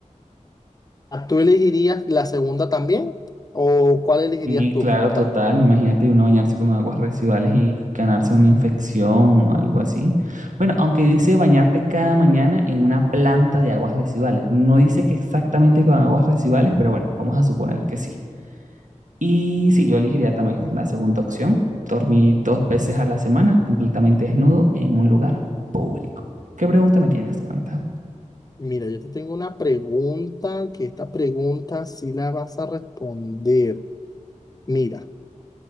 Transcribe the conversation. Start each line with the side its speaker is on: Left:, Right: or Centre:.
Left: Ah, ¿Tú elegirías la segunda también? ¿O cuál elegirías
Right: Sí,
Left: tú
Right: claro,
Left: como
Right: total.
Left: tal?
Right: Imagínate uno bañarse con aguas residuales y ganarse una infección o algo así. Bueno, aunque dice bañarte cada mañana en una planta de aguas residuales. No dice que exactamente con aguas residuales, pero bueno, vamos a suponer que sí. Y sí, yo elegiría también la segunda opción, dormir dos veces a la semana completamente desnudo en un lugar público. ¿Qué pregunta me tienes? Cuéntame.
Left: Mira, yo te tengo una pregunta, que esta pregunta sí la vas a responder. Mira,